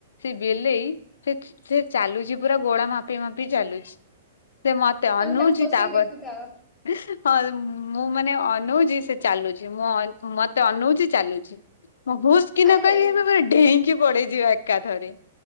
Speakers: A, on the left; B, in the centre.
A: ସେଇ ବିଲେଇ ସେ ସେ ଚାଲୁଛି ପୁରା ଗୋଳା ମାପି ମାପି ଚାଲୁଛି। ସେ ମତେ ଅନଉଛି
B: ତମେ ତାକୁ ବସିକି
A: ତାପରେ
B: ଦେଖୁଥାଅ
A: ହଁ ମୁଁ ମା ନେ ଅନଉଛି ସେ ଚାଲୁଛି ମୁଁ ମତେ ଅନଉଛି ଚାଲୁଛି, ମୁଁ ହୁସ୍ କିନା
B: ଆରେ
A: କହିବି ଏବେ ପୁରା ଡେଇଁକି ପଡେଇଯିବ ଏକାଥରେ।